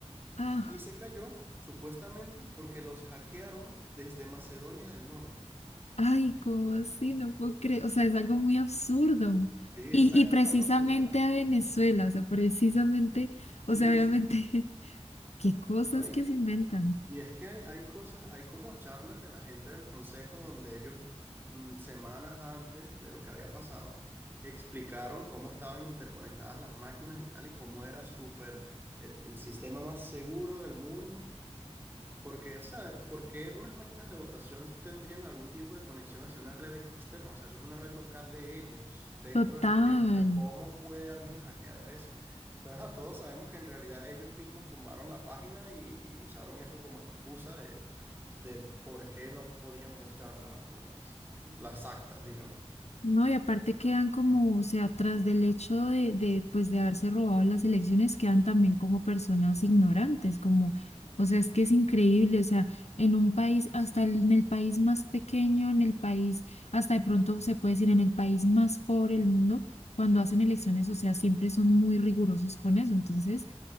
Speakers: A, on the left; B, on the right.
A: Ah,
B: y se cayó supuestamente porque los hackearon desde Macedonia del Norte.
A: ay, ¿cómo así? No puedo creer. O sea, es algo muy absurdo.
B: Sí,
A: Y,
B: exacto,
A: y precisamente
B: es algo súper absurdo.
A: a Venezuela, o sea, precisamente,
B: Sí,
A: o sea, obviamente,
B: sí.
A: <laughs> qué cosas
B: ¿No? Y,
A: que se inventan.
B: Y es que hay, hay cosas, hay como charlas de la gente del consejo donde ellos mm, semanas antes de lo que había pasado explicaron cómo estaban interconectadas las máquinas y tal y cómo era súper el, el sistema más seguro del mundo porque, o sea, ¿por qué unas máquinas de votación tendrían algún tipo de conexión hacia una red externa? O sea, eso es una red local de ellos, dentro
A: Total.
B: del país. O sea, ¿cómo puede alguien hackear eso? Pero ajá, todos sabemos que en realidad ellos mismos tumbaron la página y usaron eso como excusa de, de por qué no podían mostrar la- las, las actas, digamos.
A: No, y aparte quedan como, o sea, tras del hecho de, de, pues, de haberse robado las elecciones, quedan también como personas ignorantes, como, o sea, es que es increíble, o sea, en un país, hasta el- en el país más pequeño, en el país, hasta de pronto se puede decir en el país más pobre del mundo, cuando hacen elecciones, o sea, siempre son muy rigurosos con eso, entonces,